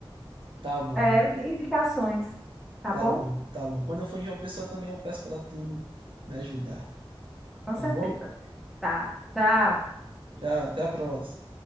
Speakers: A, on the right; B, in the centre.
A: Tá bom,
B: É, indicações, tá
A: tá
B: bom?
A: bom, tá bom. Quando eu for em João Pessoa também eu peço pra tu me ajudar.
B: Com
A: Tá
B: certeza.
A: bom?
B: Tá. Tchau.
A: Tchau, até a próxima.